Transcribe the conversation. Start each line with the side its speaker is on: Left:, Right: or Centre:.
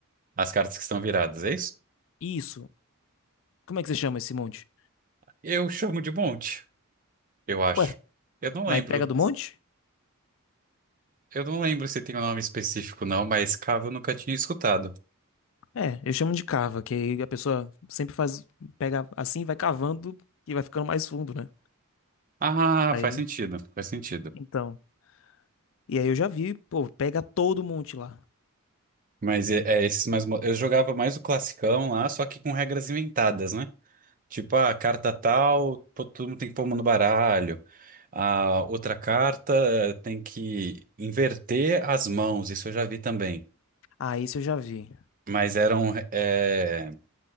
Right: as cartas que estão viradas, é isso?
Left: Isso. Como é que você chama esse monte?
Right: Eu chamo de monte, eu acho.
Left: Ué,
Right: Eu não
Left: mas
Right: lembro.
Left: pega do monte?
Right: Eu não lembro se tem um nome específico, não, mas cava eu nunca tinha escutado.
Left: É, eu chamo de cava, que aí a pessoa sempre faz, pega assim, vai cavando e vai ficando mais fundo, né?
Right: Ah,
Left: Aí,
Right: faz sentido, faz sentido.
Left: então. E aí eu já vi, pô, pega todo monte lá.
Right: Mas é, é esses mais. mo- Eu jogava mais o classicão lá, só que com regras inventadas, né? Tipo, "Ah, a carta tal, to- todo mundo tem que pôr uma no baralho. A outra carta eh, tem que inverter as mãos, isso eu já vi também.
Left: Ah, isso eu já vi.
Right: Mas eram, é,